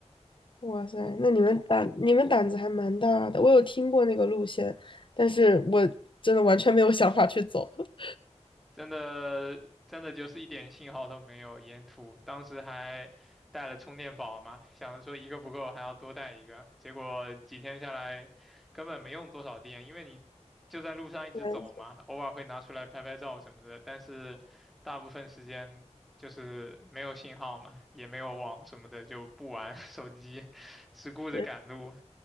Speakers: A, on the left; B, in the centre.
A: 哇塞，那你们胆你们胆子还蛮大的。我有听过那个路线，但是我真的完全没有想法去走。<laughs>
B: 真的真的就是一点信号都没有，沿途当时还带了充电宝嘛，想着说一个不够还要多带一个，结果几天下来根本没用多少电，因为你就在路上一直走嘛，
A: 没错，
B: 偶尔会拿出来拍拍照什么的，但是大部分时间就是没有信号嘛，也没有网什么的，就不玩 <laughs> 手机，只顾着赶路。
A: 确实